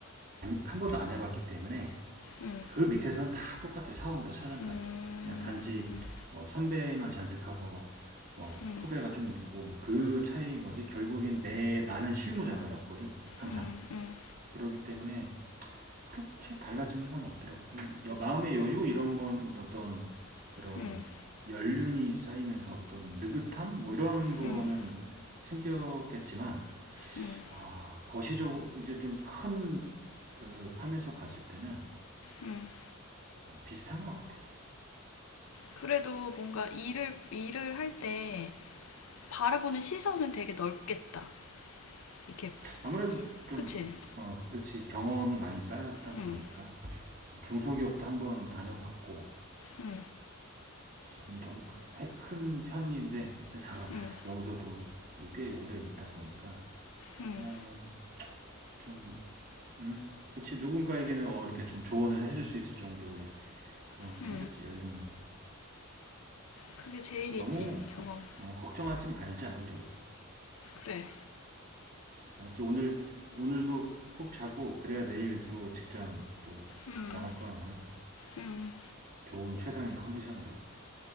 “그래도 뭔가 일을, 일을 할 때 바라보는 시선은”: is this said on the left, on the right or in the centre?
Left